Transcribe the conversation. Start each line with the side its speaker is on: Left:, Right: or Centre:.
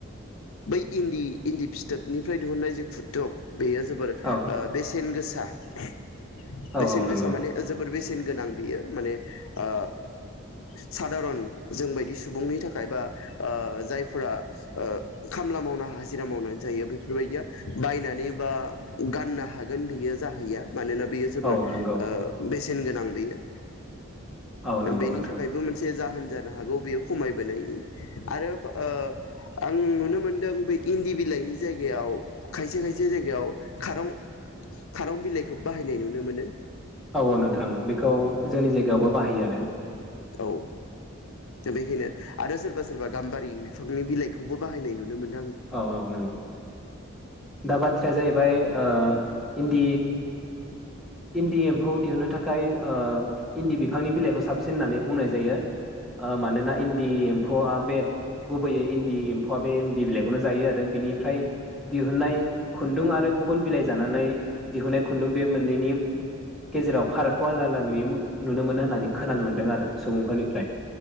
Left: बै इन्दि इन्दि फिथोबनिफ्राय दिहुननाय जे खुन्दुं बेयो जोबोर ओ
Centre: औ
Left: बेसेन गोस <inaudible>
Centre: औ
Left: बेसेन
Centre: औ नंगौ
Left: गोसा माने जोबोर बेसे सेन गोनां बेयो माने ओ सादारन जोंबायदि सुबुंनि थाखाय बा ओ जायफोरा ओ खामला मावना हाजिरा मावनानै जायो बेफोरबायदिया बायनानै बा गाननो हागोन बेयो जाहैया मानोना बेयो जोबोर
Centre: औ नंगौ
Left: ओ बेसेन गोनां । बेयो
Centre: औ नंगौ
Left: । बेनि
Centre: नोंथां
Left: थाखायबो मोनसे जाहोन जानो हागौ बेयो खमायबोनायनि आरो ओ आं नुनो मोनदों बै इन्दि बिलाइनि जायगायाव खायसे खायसे जायगायाव खारं खारं बिलाइखौ बाहायनाय नुनो मोनो ।
Centre: औ औ नोंथां बेखौ जोंनि जायगायावबो बाहायो आरो
Left: औ बेखायनो आरो सोरबा सोरबा गाम्बारि बिफांनि बिलाइखौबो बाहायनाय नुनो मोनो ।
Centre: औ औ नंगौ दा बाथ्राया जाहैबाय ओ इन्दि इन्दि एम्फौ दिहुनो थाखाय ओ इन्दि बिफांनि बिलाइखौ साबसिन होननानै बुंनाय जायो । ओ मानोना इन्दि एम्फौआ बे गुबैयै इन्दि एम्फौआ बे इन्दि बिलाइ खौनो जायो आरो बिनिफ्राय दिहुननाय खुन्दुं आरो गुबुन बिलाइ जानानै दिहुननाय खुन्दुं बे मोननैनि गेजेराव फारागखौ आलदा आलदा नुयो नुनो मोनो होननानै खोनानो मोन्दों आरो सुबुंफोरनिफ्राय